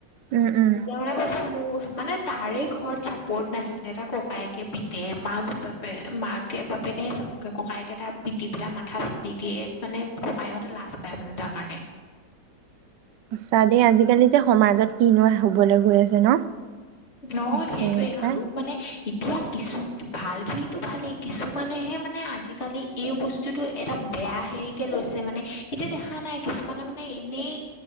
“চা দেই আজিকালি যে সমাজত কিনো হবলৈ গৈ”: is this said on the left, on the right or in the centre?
Right